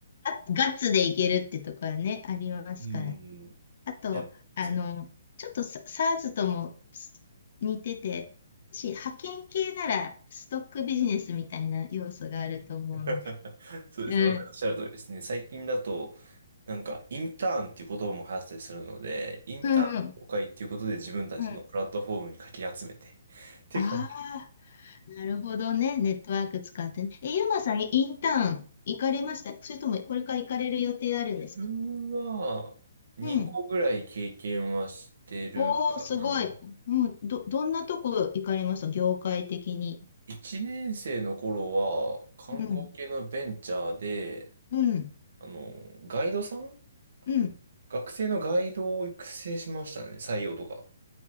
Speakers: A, on the left; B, on the right.
A: ガッガッツでいけるってところはね、ありますからね
B: うん。
A: あと、
B: や、
A: あの、
B: そう。
A: ちょっとサ、SARS とも似てて、もし派遣系ならストックビジネスみたいな要素があると思うので。
B: <laughs> そうですね。
A: うん。
B: まさにおっしゃる通りですね。最近だと、なんか、インターンっていう言葉も流行ったりするので、インターンの紹介っていうことで自分たちのプラットフォームにかき集めて。
A: うんうん。うん。
B: っていう感じ。
A: ああ、なるほどね。ネットワーク使ってね。え、ゆうまさん、インターン行かれましたそれともこれから行かれる予定あるんですか
B: 自分は、2個ぐらい経験はしてるかな。
A: うん。おー、すごい。うん。ど、どんなとこ行かれました業界的に。
B: 1年生の頃は、観光系のベンチャーで、
A: うん。うん。
B: あの、ガイドさん
A: うん。
B: 学生のガイドを育成しましたね。採用とか。